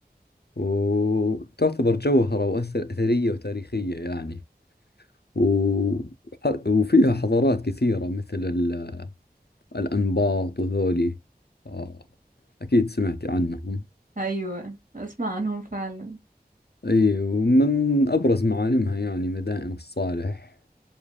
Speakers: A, on the left (about 80°); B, on the right (about 55°).
A: وتعتبر جوهرة وأثر أثرية وتاريخية يعني و... ح- وفيها حضارات كثيرة مثل ال- الأنباط وذولي آه، أكيد سمعتي عنهم
B: ايوه اسمع عنهم فعلا
A: اي ومن أبرز معالمها يعني مدائن الصالح